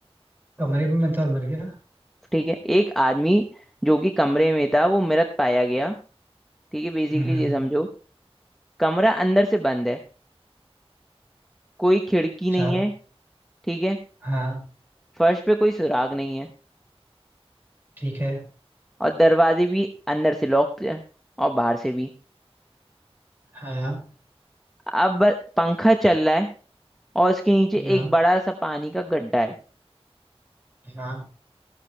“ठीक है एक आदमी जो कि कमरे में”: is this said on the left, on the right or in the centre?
Centre